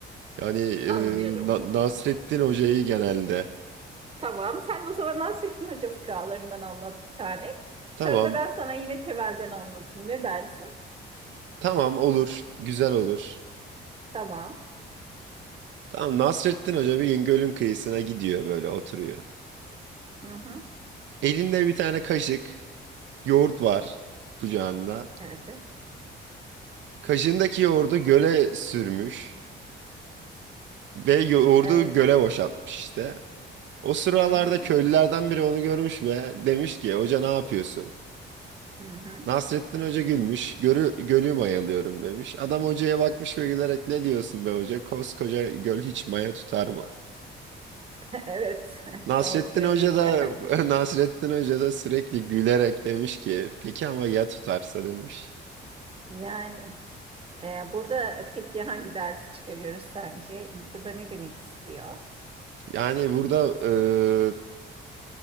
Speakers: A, on the right (about 70°); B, on the right (about 30°).
A: Yani e,
B: Anlıyorum.
A: Na- Nasrettin Hoca'yı genelde.
B: Tamam. Sen de o zaman Nasrettin Hoca fıkralarından anlat bir tane.
A: Tamam,
B: Sonra da ben sana yine temelden anlatayım. Ne dersin?
A: tamam olur, güzel olur.
B: Tamam.
A: Tamam Nasrettin Hoca bir gün gölün kıyısına gidiyor böyle oturuyor.
B: Hı hı.
A: Elinde bir tane kaşık, yoğurt var kucağında.
B: Evet.
A: Kaşığındaki yoğurdu göle sürmüş ve yoğurdu
B: Evet.
A: göle boşaltmış işte. O sıralarda
B: Hı hı.
A: köylülerden biri onu görmüş ve demiş ki hoca ne yapıyorsun?
B: Hı hı.
A: Nasrettin Hoca gülmüş, görü, gölü mayalıyorum demiş. Adam hocaya bakmış ve gülerek ne diyorsun be hoca? Koskoca göl hiç maya tutar mı?
B: <laughs> Evet. <laughs>
A: Nasrettin
B: Doğru söylüyorsun.
A: Hoca da <laughs> Nasrettin Hoca da sürekli gülerek demiş ki peki ama ya tutarsa demiş.
B: <laughs> Yani. Ee, burada e, peki hangi dersi çıkarıyoruz sence? Burada ne demek istiyor?
A: Yani burada e,